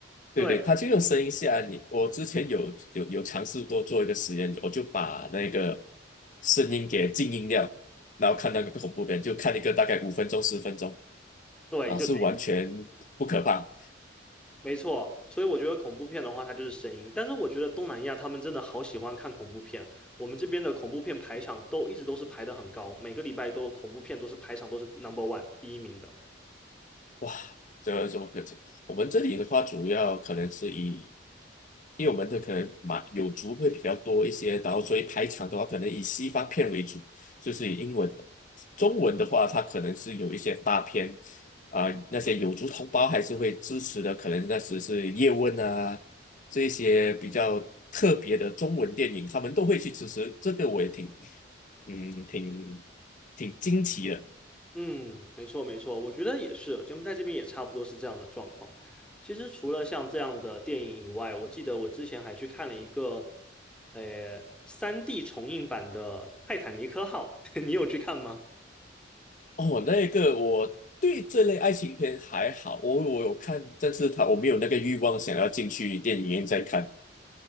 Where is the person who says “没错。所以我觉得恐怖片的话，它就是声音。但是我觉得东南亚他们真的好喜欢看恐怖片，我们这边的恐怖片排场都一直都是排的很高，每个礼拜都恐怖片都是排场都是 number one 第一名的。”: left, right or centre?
Centre